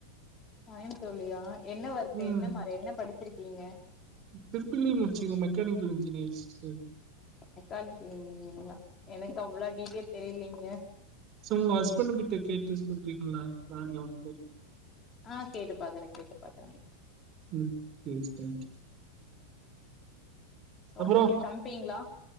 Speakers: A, on the left (about 25°); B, on the right (about 35°).
A: கோயமுத்தூருலிய என்ன ஒர்க்
B: ம்
A: என்ன மாறி என்ன படிச்சிருக்கீங்க
B: ட்ரிபிள் இ முடிச்சி மெக்கானிக்கல் இன்ஜினியர் சிஸ்டர்
A: விசரிச்சுக்கேங்க நீங்க வேனா எனக்கு அவ்ளே டீட்டெயில் தெரியலீங்க
B: சே உங்க ஹஸ்பண்ட்டு கிட்ட கேட்டு சொல்றீங்களா நா அங்க வந்துரே
A: ஆ கேட்டு பாக்குக்கறே கேட்டு பாக்குறே
B: ம் மிஸ் தேங்க்யூ
A: டேம்
B: அப்புறோ
A: நீங்க சமைப்பீங்களா